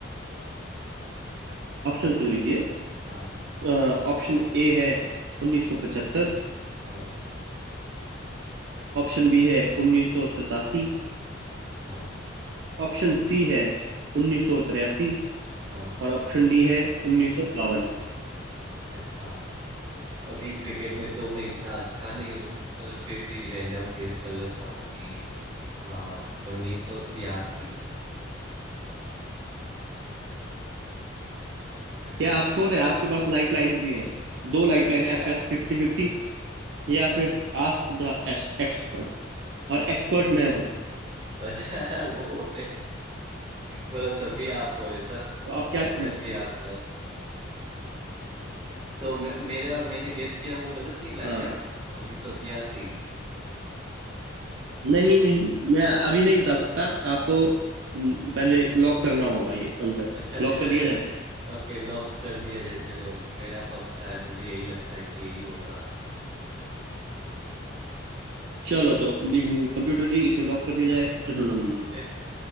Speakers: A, on the right; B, on the right.
A: ऑप्शन सुन लीजिए
B: हाँ
A: अ, ऑप्शन ए है 1975
B: हाँ
A: ऑप्शन बी है 1987
B: हाँ
A: ऑप्शन सी है 1983
B: हाँ,
A: और ऑप्शन डी है उन्नीस सौ बावन
B: अच्छा अभी क्रिकेट में तो मैं इतना अच्छा नहीं हूँ मतलब फिर भी रैंडम गेस कर लेता हूँ कि हाँ उन्नीस सौ तिरासी <laughs>
A: क्या आप श्योर है आपके पास लाइफ लाइन्स भी हैं दो लाइफ
B: अच्छा
A: लाइन है आपके पास फिफ्टी फिफ्टी या फिर
B: अच्छा
A: आस्क द एक्सपर्ट और एक्सपर्ट मैं हूँ
B: अच्छा वो रे मतलब सभी आप हो ऐसा
A: तो आप
B: लाइफलाइन
A: क्या करेंगे?
B: भी आप हो तो मे, मेरा मैंने गेस किया वो गलत निकला
A: हाँ
B: क्या उन्नीस सौ तिरासी
A: नहीं नहीं मैं अभी नहीं बता सकता आपको हम्म, पहले लॉक करना होगा ये आंसर
B: अच्छा चले
A: लॉक कर दिया जाए
B: ओके लॉक कर दिया जाए चलो मेरा पक्का है मुझे यही लगता है कि यही होगा
A: चलो तो ये कंप्यूटर जी इसे लॉक कर दिया जाए धुनुनुम।
B: <laughs> अरे